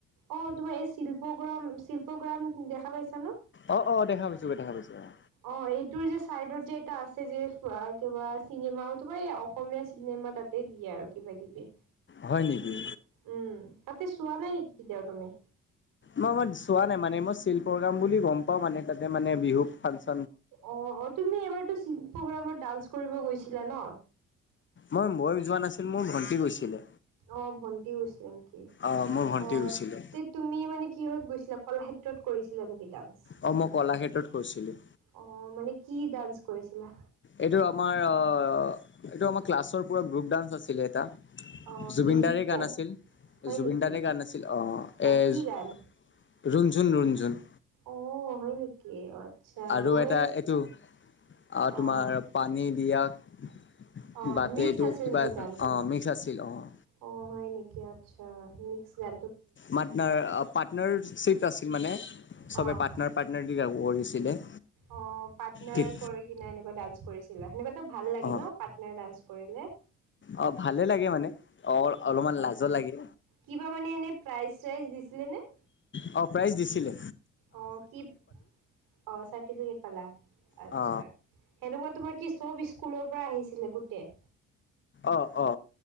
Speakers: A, on the right; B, on the left.
A: অঁ তোমাৰ এই শিল্প গ্ৰাম শিল্প গ্ৰাম দেখা পাইছা ন?
B: অঁ অঁ দেখা পাইছো অঁ দেখা পাইছোঁ অঁ।
A: অঁ এইটোৰ যে চাইডত যে এটা আছে যে কিবা চিনেমা তোমাৰ এই অসমীয়া চিনেমা তাত- তে দিয়ে আৰু কিবা কিবি।
B: হয় নিকি?
A: উম' তাতে চোৱা নাই নেকি কেতিয়াও তুমি?
B: মই মই চোৱা নাই মানে মই শিল্পগ্ৰাম বুলি গম পাওঁ মানে তাতে মানে বিহু ফাংচ-
A: অঁ অঁ তুমি এবাৰতো শিল্প প্ৰগ্ৰামত ডান্স কৰিব গৈছিলা ন।
B: মই মই যোৱা নাছিল, মোৰ ভন্টি গৈছিলে।
A: অঁ ভণ্টি গৈছিলে নেকি।
B: অ', মোৰ ভণ্টি
A: অঁ
B: গৈছিলে।
A: তেত- তুমি মানে কিহত গৈছিলা, কলাক্ষেত্ৰত কৰিছিলা নেকি ডান্স?
B: অ', মই কলাক্ষেত্ৰত গৈছিলোঁ।
A: অঁ মানে কি ডান্স কৰিছিলা?
B: এইটো আমাৰ অঁ এইটো আমাৰ ক্লাছৰ পৰা গ্ৰুপ ডান্স আছিলে এটা।
A: অ'
B: জুবিনদাৰেই
A: কি হিপ
B: গান
A: হপ
B: আছিল
A: হয়
B: জুবিনদাৰেই
A: নেকি
B: গান আছিল অঁ
A: অ'
B: এ-
A: কি গান
B: ৰুণজুন-ৰুণজুন
A: অ, হয় নেকি আচ্ছা
B: আৰু
A: মই
B: এটা এইটো আৰু তোমাৰ
A: অ'
B: পানী দিয়া।
A: অ'
B: বাটেটো
A: মিক্স আছিল
B: কিবা
A: নেকি
B: এ
A: গানটো
B: অ মিক্স আছিল অ',
A: অ, হয় নেকি? আচ্ছা মিক্স গান
B: মানে পাৰ্টনাৰশ্বিপ আছিল মানে। চবে
A: অ'
B: পাৰ্টনাৰ-পাৰ্টনাৰ দি কৰিছিলে।
A: অ, পাৰ্টনাৰ
B: ঠিক
A: কৰি কিনা এনেকুৱা ডান্স কৰিছিলা সেনেকুৱো ভাল লাগে
B: অ
A: ন পাৰ্টনাৰ ডান্স কৰিলে।
B: অ, ভালে লাগে মানে অ, অলপমান লাজো লাগে।
A: কিবা মানে এনে প্ৰাইজ চাইজ দিছিলে নে?
B: অ, প্ৰাইজ দিছিলো।
A: অ, কি অ, চাৰ্টিফিকেট পালা আচ্ছা।
B: অ
A: সেনেকুৱা তোমাৰ কি চব স্কুলৰ পৰা আহিছিলে গোটেই।
B: অ, অ,